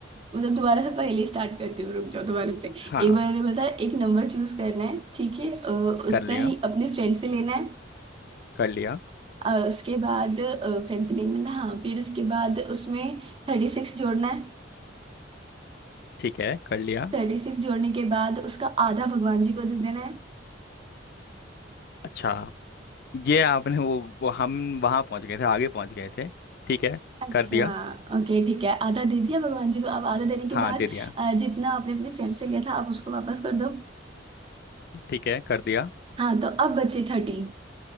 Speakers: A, on the right; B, on the left.
A: मतलब दोबारा से पहले स्टार्ट करती हूँ रुक जाओ दोबारा से एक
B: हाँ
A: बार मैंने बताया एक नंबर चूज करना है ठीक है अ, उतना
B: कर लिया
A: ही अपने फ्रेंड से लेना है
B: कर लिया
A: अ, उसके बाद फ्रेंड से लेना है ना, हाँ फिर उसके बाद उसमें थर्टी सिक्स जोड़ना है
B: ठीक है कर लिया
A: थर्टी सिक्स जोड़ने के बाद उसका आधा भगवान जी को दे देना है
B: अच्छा ये आपने वो, वो हम वहाँ पहुँच गए थे आगे पहुँच गए थे ठीक है
A: अच्छा
B: कर दिया
A: ओके ठीक है आधा दे दिया भगवान जी को अब आधा देने के
B: हाँ
A: बाद
B: दे दिया
A: अ, जितना आपने अपने फ्रेंड से लिया था आप उसको वापस कर दो
B: ठीक है कर दिया
A: हाँ तो अब बचे थर्टी